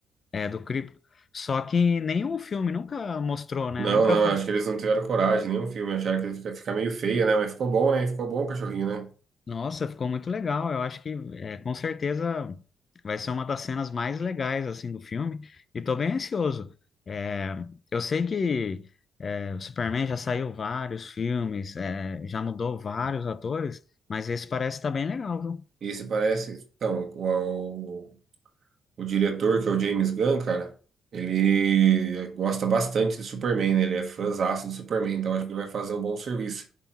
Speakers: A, on the left; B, on the right.
A: é, do cripto. Só que nenhum filme nunca mostrou, né?
B: Não,
A: Nunca
B: não, acho que eles não tiveram coragem, nenhum filme, acharam que ele fica, fica meio feio, né? Mas ficou bom, né? Ficou bom o cachorrinho, né?
A: Nossa, ficou muito legal. Eu acho que é, com certeza vai ser uma das cenas mais legais assim do filme. E tô bem ansioso. É, eu sei que é, o Superman já saiu vários filmes, é, já mudou vários atores, mas esse parece estar bem legal, viu?
B: E se parece, então, o, o, o diretor, que é o James Gunn, cara, ele gosta bastante do Superman, né? Ele é fãzaço do Superman, então acho que ele vai fazer um bom serviço.